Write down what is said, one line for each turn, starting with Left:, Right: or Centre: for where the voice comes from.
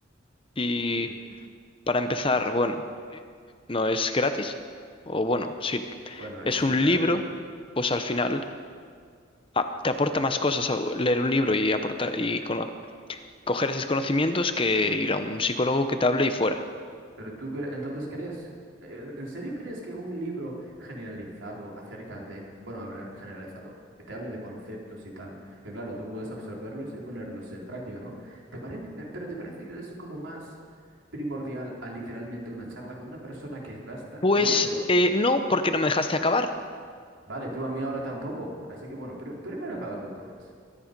Left: y
Right: Mm.
Left: para empezar, bueno, no es gratis. O bueno, si
Right: Bueno, eh,
Left: es
Right: sí,
Left: un
Right: claro.
Left: libro, pues al final ah, te aporta más cosas a- leer un libro y aportar y cono- coger esos conocimientos que ir a un psicólogo que te hable y fuera.
Right: Pero tú cre- entonces crees, eh, ¿en serio crees que un libro generalizado acerca de, bueno, hablar generalizado, que te hable de conceptos y tal, que claro, tú puedes absorberlos y ponerlos en práctica, ¿no? ¿Te parece, pe- pero te parece que eso es como más primordial a literalmente una charla con una persona que basta,
Left: Pues
Right: no solo,
Left: eh, no, porque no me dejaste acabar.
Right: vale, tú a mí ahora tampoco, así que bueno, pero primero acaba tú entonces.